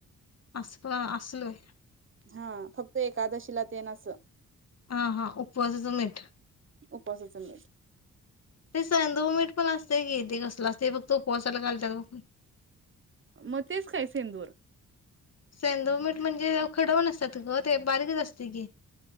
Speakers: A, on the left; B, on the right.
A: अस असलोय.
B: हा फक्त एकादशीला तेन अस.
A: हा हा उपवासाचं मीठ.
B: उपवासाचं मीठ.
A: ते सैंधव मीठ पण असतेय कि, तेे कसल असतय फक्त तो उपसाला घालतात बघ.
B: मग तेच काय सैंधव.
A: सैंधव मीठ म्हणजे, खडा वा नसतात ग ते बारीकच असते की.